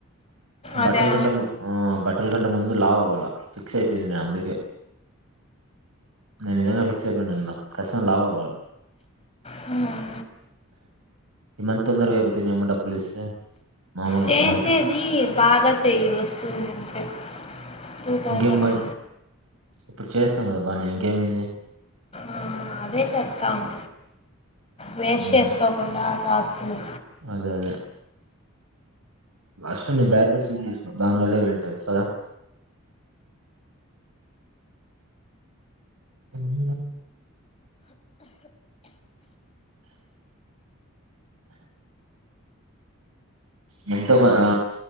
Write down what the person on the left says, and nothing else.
అదా
హ్మ్
చేసేది
బాగా చెయి వస్తుంది అంతే టూ థౌసండ్
అ
ఆ అదే చెప్తాము వేస్ట్
చేసుకోకుండా టాస్క్లు